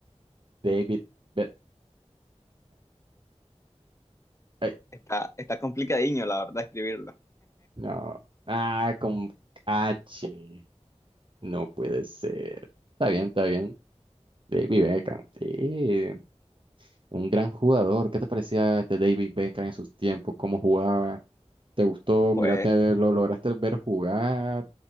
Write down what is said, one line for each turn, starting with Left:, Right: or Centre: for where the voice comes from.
Right: David Beckham. Ay,
Left: Está, está complicadiño, la verdad, escribirlo.
Right: no. Ah, con H. No puede ser. Está bien, está bien. David Beckham. Sí, un gran jugador. ¿Qué te parecía este David Beckham en sus tiempos? ¿Cómo jugaba? ¿Te gustó?
Left: Pues
Right: ¿Miraste, lo lograste ver jugar?